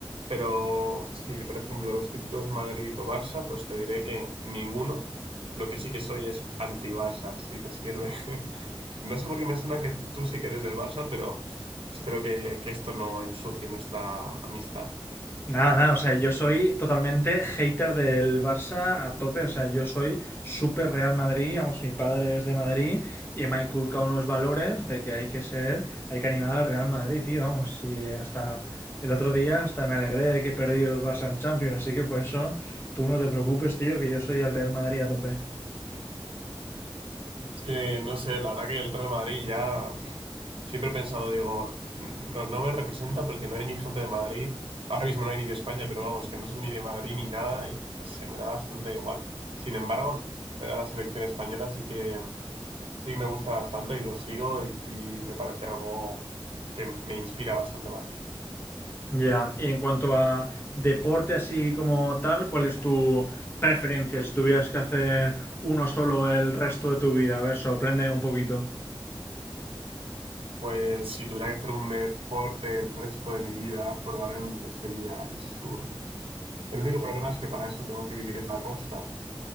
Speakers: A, on the right; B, on the left.
A: Pero si, por ejemplo, los típicos Madrid o Barça, pues te diré que ninguno. Lo que sí que soy es anti-Barça, si te sirve. <laughs> No sé por qué me suena que tú sí que eres del Barça, pero espero que, que esto no ensucie nuestra amistad.
B: Nada, nada, o sea, yo soy totalmente hater del Barça a tope, o sea, yo soy súper Real Madrid, vamos, mi padre es de Madrid y me ha inculcado unos valores de que hay que ser, hay que animar al Real Madrid, tío, vamos, y hasta el otro día hasta me alegré de que he perdido el Barça en Champions, así que por eso tú no te preocupes, tío, que yo soy del Real Madrid a tope.
A: Es que, no sé, la verdad que el Real Madrid ya siempre he pensado, digo, no, no me representa porque no hay ni gente de Madrid. Ahora mismo no hay ni de España, pero vamos, que no son ni de Madrid ni nada y se me da bastante igual. Sin embargo, ver a la selección española sí que Sí, me gusta bastante y lo sigo y, y me parece algo que me me inspira bastante más.
B: Ya, y en cuanto a deporte así como tal, ¿cuál es tu preferencia si tuvieras que hacer uno solo el resto de tu vida? A ver, sorpréndeme un poquito.
A: Pues si tuviera que hacer un deporte el resto de mi vida, probablemente sería el surf. El único problema es que para eso tengo que vivir en la costa